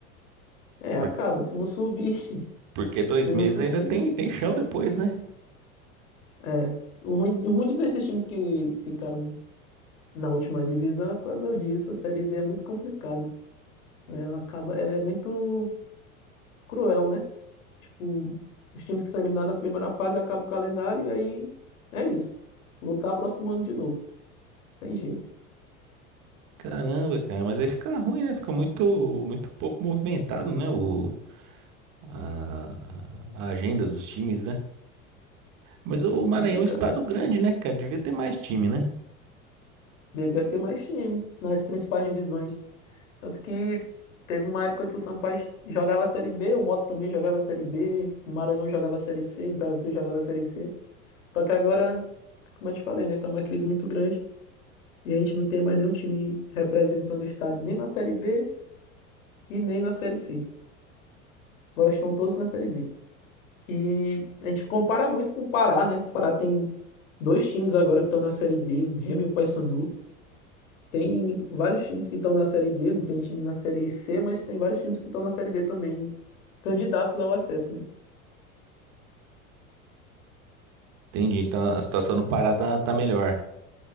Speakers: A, on the left; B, on the right.
A: É, acaba.
B: por-
A: Se não subir, <laughs>
B: porque dois
A: se
B: meses
A: não subir.
B: ainda tem, tem chão depois, né?
A: É. O ruim, o ruim de desses times que ficaram na última divisão é por causa disso. A Série D é muito complicada, né? Ela acaba, ela é muito cruel, né? Tipo, os times que são eliminados na primeira fase acabam o calendário e aí é isso. Lutar próximo ano de novo. Tem jeito.
B: Caramba, cara, mas aí fica ruim, né? Fica muito, muito pouco movimentado, né? O, a, a agenda dos times, né? Mas o Maranhão
A: Complicado.
B: é um estado grande, né, cara? Devia ter mais time, né?
A: Devia ter mais time nas principais divisões. Tanto que teve uma época que o Sampaio jogava a Série B, o Moto também jogava a Série B, o Maranhão jogava a Série C, o Imperatriz jogava a Série C. Só que agora, como eu te falei, né, tá uma crise muito grande e a gente não tem mais nenhum time representando o estado nem na Série B e nem na Série C. Agora estão todos na Série D. E a gente compara muito com o Pará, né? O Pará tem dois times agora que estão na Série B, o Remo e o Paysandu. Tem vários times que estão na Série D, não tem time na Série C, mas tem vários times que estão na Série D também. candidatos ao acesso, né?
B: Entendi. Então a situação no Pará tá, tá melhor